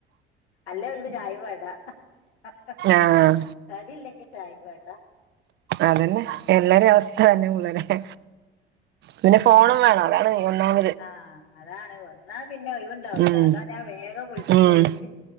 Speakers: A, on the left; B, on the right.
A: അല്ലേ അവൽക്ക് ചായേം വേണ്ട ഹ് ഹ ഹ
B: ആഹ്
A: ഹ കടി ഇല്ലെങ്കി ചായിം വേണ്ട
B: അതന്നെ എല്ലാരെ അവസ്ഥ അതന്നെ ഉളരെ പിന്നെ ഫോണും വേണം അതാണ് മെ ഒന്നാമ
A: ആഹ് അതാണ് വന്നാ പിന്നെ ഓയ്‌വ്ണ്ടാവൂല
B: ഉം
A: അതാ ഞാ വേഗം വിളിച്ചേയ്
B: ഉം
A: ഇന്ന്